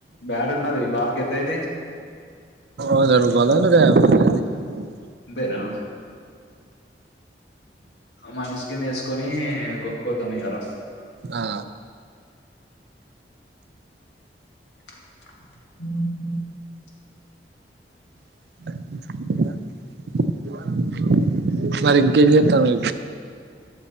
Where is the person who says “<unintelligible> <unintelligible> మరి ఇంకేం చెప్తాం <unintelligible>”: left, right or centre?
Right